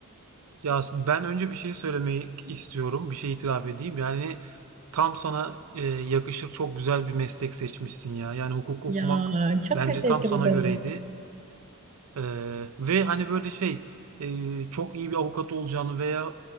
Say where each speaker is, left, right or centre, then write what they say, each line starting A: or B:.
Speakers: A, on the right; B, on the right.
A: Ya ben önce bir şey söylemek istiyorum, bir şey itiraf edeyim. Yani tam sana e, yakışır çok güzel bir meslek seçmişsin ya. Yani hukuk okumak
B: Ya çok
A: bence
B: teşekkür
A: tam sana
B: ederim.
A: göreydi. Ee, ve hani böyle şey e, çok iyi bir avukat olacağını veya